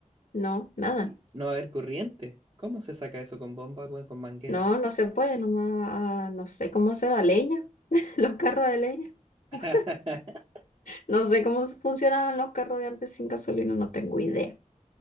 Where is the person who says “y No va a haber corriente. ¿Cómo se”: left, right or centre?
Right